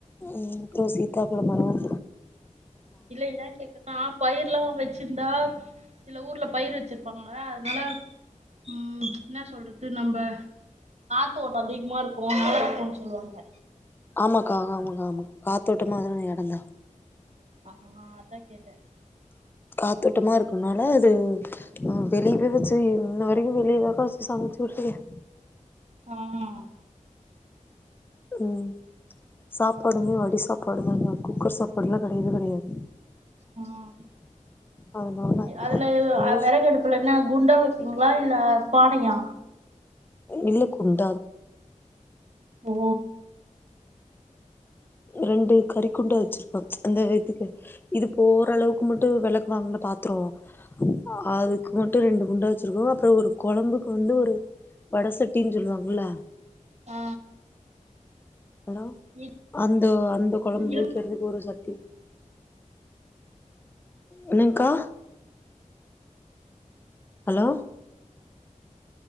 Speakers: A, on the left (about 15°); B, on the right (about 55°).
A: உம் அப்புறம் சிதாப்பழம் மரம்
B: இல்ல இல்லை நான் பயிரல்லாம் வச்சிருந்தா சில ஊர்ல பயிர் வச்சிருப்பாங்க அதனால உம் என்ன சொல்றது நம்ம காத்து ஓட்டம் அதிகமா இருக்கும் நல்லா இருக்கும்ன்னு சொல்லுவாங்க
A: ஆமாக்கா ஆமா ஆ ஆமா காத்தோட்டமானா இடம்ந்தான்
B: ஆஹ் அதான் கேட்டேன்
A: கத்தோட்டமா இருக்கும்னால அது வெளியே போய் வச்சு இன்ன வரைக்கும் வெளியேதாக்கா வச்சு சமைச்சு வைக்கிறேன்
B: ஆஹ் <unintelligible>
A: உம் சாப்பாடுமே வடி சாப்பாடு தாங்க குக்கர் சாப்பாடுலாம் கிடையவே கிடையாது
B: உம்
A: அதனால
B: அதுல
A: மோஸ்
B: விறகடுப்புல என்ன குண்டான் வைப்பீங்களா இல்ல பானையா
A: இல்லக்குண்டு
B: ஓ
A: ரெண்டு கறிக்குண்டான் வச்சிருப்பம் அந்த இதுக்கு இது போற அளவுக்கு மட்டும் விளக்குவாங்கல்ல பாத்துரம் அது மட்டும் ரெண்டு குண்டா வச்சிருக்கோம் அப்புறம் ஒரு குழம்புக்கு வந்து ஒரு வடசட்டின்னு சொல்லுவாங்கள்ல
B: ஆ
A: ஹலோ
B: இ
A: அந்த அந்த குழம்பு
B: இ
A: வக்கிறதுக்கு ஒரு சட்டி என்னங்கா ஹலோ